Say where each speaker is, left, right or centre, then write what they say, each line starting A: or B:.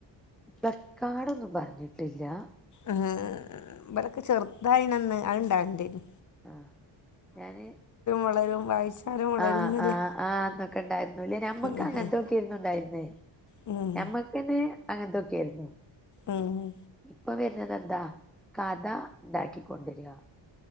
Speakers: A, in the centre; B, on the left.
A: പ്ലക്കാഡൊന്നും പർഞ്ഞ്ട്ട്ല്ലാ
B: ആഹ് ബലൊക്കെ ചെർതായ്നന്ന് അത്ണ്ടാവെൽണ്ടേര്ന്ന്
A: ആഹ് ഞാന്
B: വളരും വായിച്ചാലും വളരുന്നില്ലേ
A: ആഹ് ആഹ് ആഹ് അന്നൊക്കെണ്ടായ്ര്ന്നൂലെ ഞമ്മക്കങ്ങൻത്തൊ
B: ഉം ഉം
A: ക്കെര്ന്നുണ്ടായ്ര്ന്നേ
B: ഉം
A: ഞമ്മക്കെന്നേ അങ്ങൻത്തൊക്കേര്ന്നു
B: ഉം ഉം
A: ഇപ്പ വെര്നെതെന്താ കഥ ണ്ടാക്കി കൊണ്ടെരാ